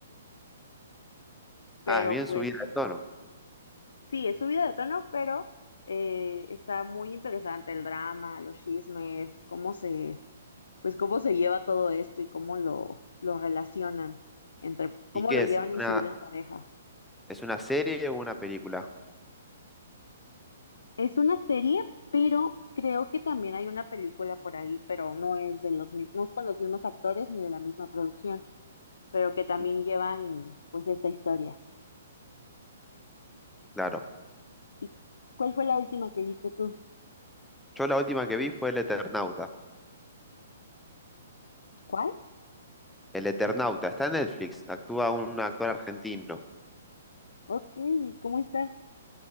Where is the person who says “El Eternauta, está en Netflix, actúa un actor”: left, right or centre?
Centre